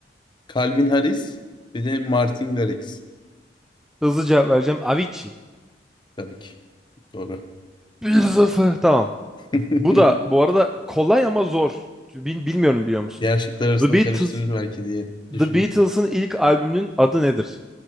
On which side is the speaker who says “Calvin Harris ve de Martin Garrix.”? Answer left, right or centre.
Left